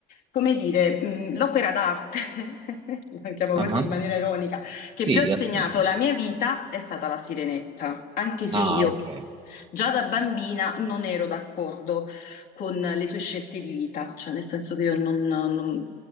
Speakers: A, on the left; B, on the right.
A: come dire, mm, l'opera d'arte, <laughs> la chiamo
B: Ah,
A: così
B: ah.
A: in maniera ironica, che
B: Sì,
A: più ha segnato
B: assolutamente.
A: la mia vita è stata La Sirenetta, anche se
B: Ah,
A: io
B: ok.
A: già da bambina non ero d'accordo con le sue scelte di vita, cioè nel senso che io non, non-